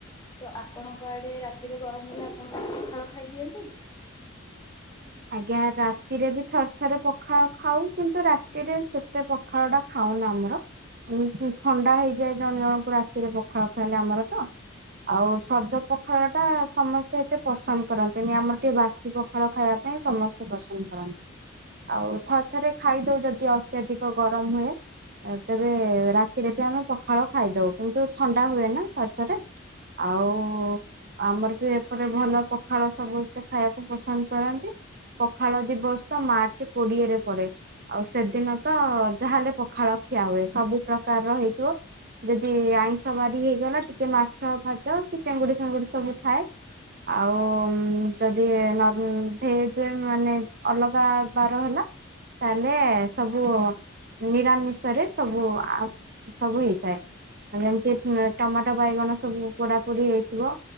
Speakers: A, on the left (about 15°); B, on the right (about 45°).
A: ତ ଆପଣଙ୍କଆଡେ ରାତିରେ ଗରମ ହେଲେ ଆପଣ ରାତିରେ ପଖାଳ ଖାଇଦିଅନ୍ତୁ।
B: ଆଜ୍ଞା ରାତିରେ ବି ଥରେ ଥରେ ପଖାଳ ଖାଉ କିନ୍ତୁ ରାତିରେ ସେତେ ଖଡ଼ା ଟା ଖାଉନ ଆମର। ଥଣ୍ଡା ହେଇଯାଏ ଜଣେ ଜଣଙ୍କୁ ରାତିରେ ପଖାଳ ଖାଇଲେ ଆମର ତ ଆଉ ସଜ ପଖାଳ ଟା ସମସ୍ତେ ମତେ ପସନ୍ଦ କରନ୍ତିେନି ଆମର ଟିକେ ବାସି ପଖାଳ ଖାଇବା ପାଇଁ ସମସ୍ତେ ପସନ୍ଦ କରନ୍ତି। ଆଉ ଥରେ ଥରେ ଖାଇଦଉ ଯଦି ଅତ୍ୟଧିକ ଗରମ ହୁଏ। ତେବେ ରାତିରେ ବି ଆମେ ପଖାଳ ଖାଇଦଉ କିନ୍ତୁ ଥଣ୍ଡା ହୁଏ ନା ଥରଥରେ ଆଉ ଆମର ବି ଏପଟ ଭଲ ପଖାଳ ସବୁସ୍ତେ ଖାଇବାକୁ ପସନ୍ଦ କରନ୍ତି। ପଖାଳ ଦିବସ ତ ମାର୍ଚ୍ଚ କୋଡିଏରେ ପଡେ। ଆଉ ସେଦିନ ତ ଯାହାଲେ ପଖାଳ ଖିଆ ହୁଏ ସବୁ ପ୍ରକାରର ହେଇଥିବ ଯଦି ଆଇଁଷ ବାରି ହେଇଗଲା ଟିକେ ମାଛ ଫାଚ କି ଚିଙ୍ଗୁଡି ଫାଙ୍ଗୁଡି ସବୁ ଥାଏ। ଆଉ ଯଦି ହେଇଛି ମାନେ ଅଲଗା ବାର ହେଲା ତାହେଲେ ସବୁ ନିରାମିଷ ରେ ସବୁ ଆ ସବୁ ହେଇଥାଏ। ଆ ଯେମିତି ଟମାଟୋ ବାଇଗଣ ସବୁ ପୋଡାପୋଡି ହେଇଥିବ